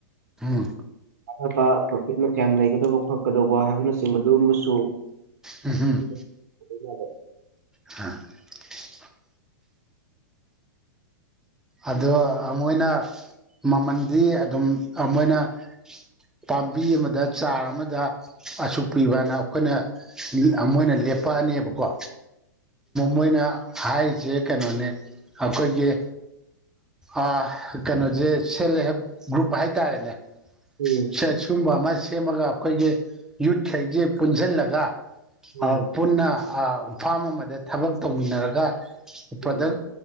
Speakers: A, in the centre; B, on the right (about 60°).
A: ꯎꯝ
B: ꯀꯥꯟꯅꯕ ꯄ꯭ꯔꯣꯐꯤꯠꯅ ꯀꯌꯥꯝ ꯂꯩꯒꯗꯧꯕ ꯈꯣꯠꯀꯗꯧꯕ ꯍꯥꯏꯕꯅꯆꯤꯡꯕꯗꯨꯃꯁꯨ
A: ꯎꯝ ꯍꯝ
B: <unintelligible>
A: <unintelligible> ꯑꯗꯣ ꯑ ꯃꯣꯏꯅ ꯃꯃꯟꯗꯤ ꯑꯗꯨꯝ ꯑ ꯃꯣꯏꯅ ꯄꯥꯝꯕꯤ ꯑꯃꯗ ꯆꯥꯔ ꯑꯃꯗ ꯑꯁꯨꯛ ꯄꯤꯕꯅ
B: ꯎꯝ
A: ꯑꯩꯈꯣꯏꯅ ꯃꯣꯏꯅ ꯂꯦꯞꯄꯛꯑꯅꯦꯕꯀꯣ ꯃꯣꯏꯅ ꯍꯥꯏꯔꯤꯁꯦ ꯀꯩꯅꯣꯅꯦ ꯑꯩꯈꯣꯏꯒꯤ ꯑ ꯀꯩꯅꯣꯁꯦ ꯁꯦꯜꯞ ꯍꯦꯜꯞ ꯒ꯭ꯔꯨꯞ ꯍꯥꯏꯇꯥꯔꯦꯅꯦ
B: ꯎꯝ
A: ꯁꯦ ꯁꯤꯒꯨꯝꯕ ꯑꯃ ꯁꯦꯝꯃꯒ ꯑꯩꯈꯣꯏꯒꯤ ꯌꯨꯠꯈꯩꯁꯦ ꯄꯨꯟꯁꯤꯜꯂꯒ
B: ꯎꯝ
A: ꯄꯨꯟꯅ ꯑ ꯐꯥꯝ ꯑꯃꯗ ꯊꯕꯛ ꯇꯧꯃꯤꯟꯅꯔꯒ ꯄ꯭ꯔꯗꯛ
B: ꯎꯝ